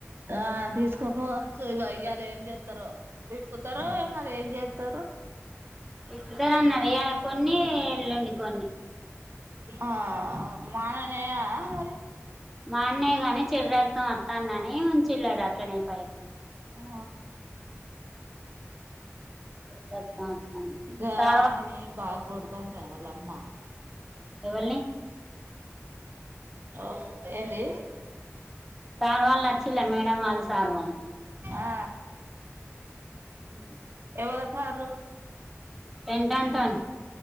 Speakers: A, on the right; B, in the centre.
A: ఆ తీసుకోపోవచ్చు ఇగా ఇయ్యాల ఏం చేత్తరో విప్పుతరో మరి ఏం చేత్తరో
B: ఇప్పుతరు అన్నరు. ఇయాలా కొన్ని, ఎల్లుండి కొన్ని.
A: ఆ మానినయా మరి
B: మానినయ్ గాని చెడురక్తం అత్తాందని ఉంచిళ్ళట అట్లనే పైపు
A: ఆ
B: చెడు రక్తం వత్తాంది
A: గా
B: సార్
A: హనిని బాగ్ గొడతంది. అట వాళ్ళ అమ్మ
B: ఎవల్ని
A: ఓ పు ఏంది
B: సార్ వాళ్ళు అచ్చిల్ల మేడం వాళ్ళు, సార్ వాళ్ళు
A: ఆ
B: హు
A: ఎవరు సార్లు
B: టెంటాంటన్